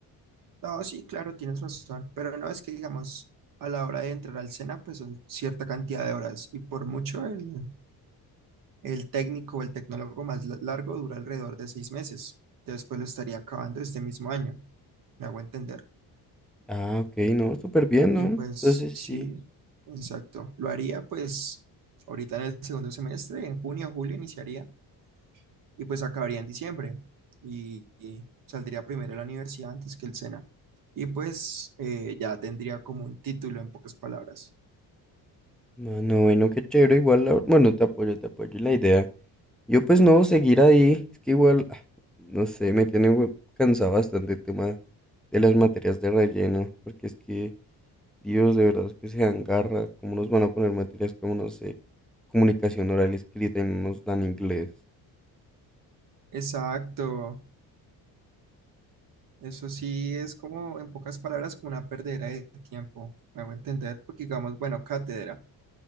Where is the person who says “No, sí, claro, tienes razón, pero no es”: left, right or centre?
Right